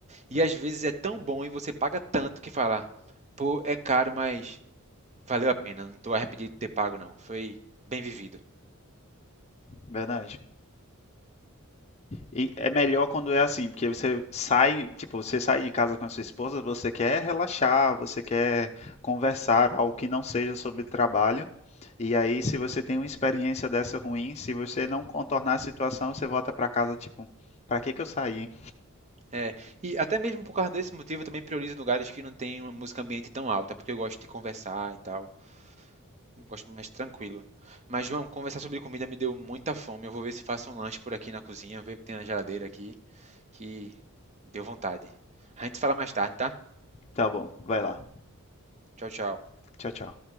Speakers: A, on the right (about 30°); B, on the left (about 30°).
A: E às vezes é tão bom e você paga tanto que fala, pô, é caro, mas valeu a pena, não estou arrependido de ter pago não, foi bem vivido.
B: Verdade. E é melhor quando é assim, porque você sai, tipo, você sai de casa com a sua esposa, você quer relaxar, você quer conversar, algo que não seja sobre trabalho. E aí, se você tem uma experiência dessa ruim, se você não contornar a situação, você volta pra casa, tipo, pra que que eu saí, hein?
A: É, e até mesmo por causa desse motivo eu também priorizo lugares que não tem uma música ambiente tão alta, porque eu gosto de conversar e tal. Eu gosto mais tranquilo. Mas, João, conversar sobre comida me deu muita fome. Eu vou ver se faço um lanche por aqui na cozinha, ver o que tem na geladeira aqui, que deu vontade. A gente se fala mais tarde, tá?
B: Tá bom, vai lá.
A: Tchau, tchau.
B: Tchau, tchau.